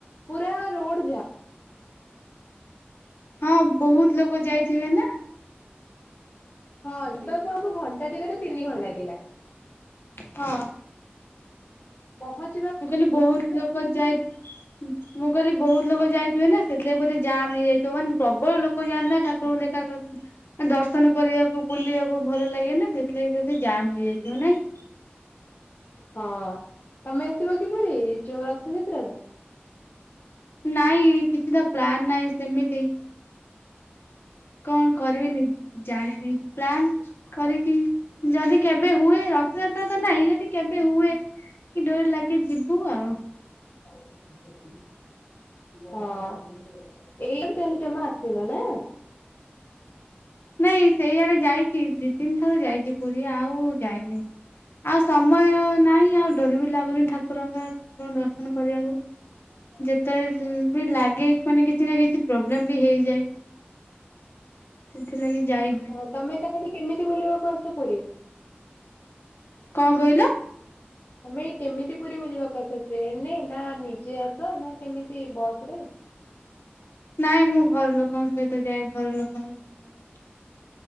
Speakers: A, on the left (about 55°); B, on the left (about 70°).
A: ପୁରା ରୋଡ ଜାମ୍।
B: ହଁ ବହୁତ୍ ଲୋକ ଯାଇଥିବେ ନା
A: ହଁ ଯିବାକୁ ଆମକୁ ଘଣ୍ଟା ଦିଗରେ ତିନି ଘଣ୍ଟା ଲାଗିଲା।
B: ହଁ।
A: ପହଞ୍ଚ
B: ମୁଁ କହିଲି ବହୁତ୍ ଲୋକ ଯାଇ ମୁଁ କଇଲି ବହୁତ ଲୋକ ଯାଇଥିବେ ନା ସେଥିଲାଗି ବୋଧେ ଜାମ୍ ହେଇ ଯାଇଥିବ ମାନ ପ୍ରବଳ ଲୋକ ଯାଆନ୍ତି ନା ଠାକୁରଙ୍କୁ ଦେଖାକର ଦର୍ଶନ କରିବାକୁ ବୁଲିବାକୁ ଭଲ ଲାଗେ ନା ସେଇଥିଲାଗି ଯଦି ଜାମ୍ ହେଇ ଯାଇଥିବ ନାଇଁ
A: ହଁ ତମେ ଆସିବ କି ପୁରୀ ଯୋଉ ରଥଯାତ୍ରା କୁ?
B: ନାଇଁ କିଛି ତ ପ୍ଲାନ୍ ନାଇ ସେମିତି କଣ କରିବି ନିଜ ଜାଣିନି ପ୍ଲାନ୍ କରିକି ଯଦି କେବେ ହୁଏ ରଥ୍ ରଥଯାତ୍ରା ତ ନାହିଁ ଯଦି କେବେ ହୁଏ କି ଡୋରି ଲାଗେ ଯିବୁ ଆଉ।
A: <unintelligible> ହଁ ଏଇ ଏପଟେ ତାହଲେ ଜମା ଆସିନ ନା?
B: ନାଇଁ ସେଇଆଡେ ଯାଇଚି ଦି ତିନି ଥର ଯାଇଚି ପୁରୀ ଆଉ ଯାଇନି। ଆଉ ସମୟ ନାଇଁ ଆଉ ଡ଼ୋରି ବି ଲାଗୁନି ଠାକୁରଙ୍କର ଠାକୁରଙ୍କୁ ଦର୍ଶନ କରିବାକୁ। ଯେତେବେଳେ ବି ଲାଗେ ମାନେ କିଛି ନା କିଛି ପ୍ରୋବ୍ଲେମ ବି ହେଇଯାଏ। ସେଥିଲାଗି ଯାଇ ହୁଏନି
A: ଓ ତମେ ତାହେଲେ କେମିତି ବୁଲିବାକୁ ଆସ ପୁରୀ?
B: କଁ କଇଲ?
A: ତମେ କେମିତି ପୁରୀ ବୁଲିବାକୁ ଆସ ଟ୍ରେନ୍ ରେ ନା ନିଜେ ଆସ ନା କେମିତି ବସ୍ ରେ?
B: ନାଇଁ ମୁଁ ଘର ଲୋକଙ୍କ ସହିତ ଯାଏ ଘର ଲୋକଙ୍କ ସାଙ୍ଗରେ।